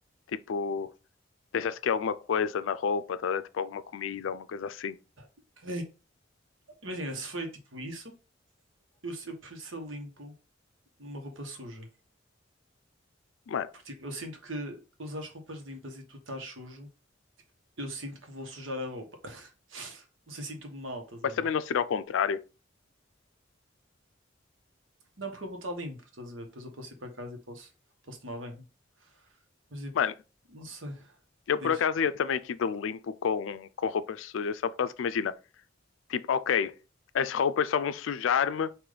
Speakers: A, on the left; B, on the right.
A: tipo, deixaste que alguma coisa na roupa, tá? a ver? tipo alguma comida, alguma coisa assim.
B: Ok. Imagina, se foi tipo isso, eu, se- eu prefiro ser limpo numa roupa suja.
A: Mano,
B: Porque tipo, eu sinto que usar as roupas limpas e tu estás sujo, eu sinto que vou sujar a roupa. <laughs> Não sei, sinto-me mal, estás
A: mas
B: a ver?
A: também não ser ao contrário.
B: Não, porque eu vou estar limpo, estás a ver? Depois eu posso ir para casa e posso, posso tomar banho. Mas tipo,
A: Mano,
B: não sei.
A: Eu
B: Diz.
A: por acaso ia também aqui de limpo com, com roupas sujas, só por causa que imagina, tipo, ok, as roupas só vão sujar-me,